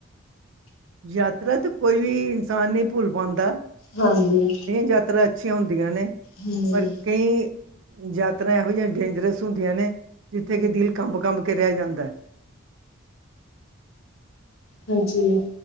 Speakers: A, on the right; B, on the left.
A: ਯਾਤਰਾ ਤੇ ਕੋਈ ਵੀ ਇਨਸਾਨ ਨੀ ਪੁੱਲ ਪਾਂਦਾ।
B: ਹਾਂਜੀ।
A: ਯਾਤਰਾ ਅੱਛੀਆਂ ਓਂਦੀਆਂ ਨੇ
B: ਹੂੰ
A: ਪਰ ਕਈ, ਯਾਤਰਾ ਐਹੋ ਜਿਹੀਆਂ ਡੇਂਜਰਸ ਸੁਂਦੀਆਂ ਨੇ ਜਿੱਥੇ ਕਿ ਦਿਲ ਕਾੱਬ-ਕਾੱਬ ਕੇ ਰੈ ਜਾਂਦੈ।
B: ਹਾਂਜੀ